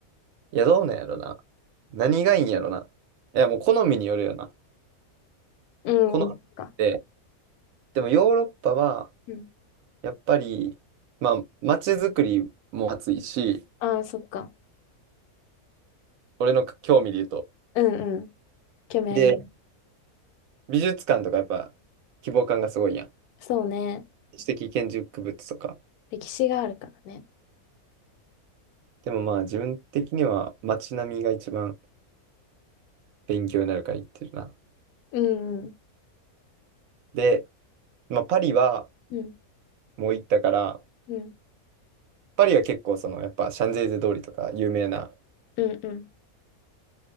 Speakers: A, on the right; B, on the left.
A: や、どうなんやろな。何がいいんやろな。いや、もう好みによるよな。
B: うん、
A: 好み
B: うん、そっか。
A: で、でもヨーロッパは、
B: うん。
A: やっぱり、まあ、街づくりも熱いし、
B: ああ、そっか。
A: 俺の興味で言うと。
B: うんうん。興味ありま
A: で、美術館とかやっぱ希望感がすごいやん。
B: す。そうね。
A: 知的建築物とか。
B: 歴史があるからね。
A: でもまあ自分的には街並みが一番勉強になるから行ってるな。
B: うんうん。
A: で、まあパリは
B: うん
A: もう行ったから、
B: うん。
A: パリは結構そのやっぱシャンゼリゼ通りとか有名な
B: うんうん。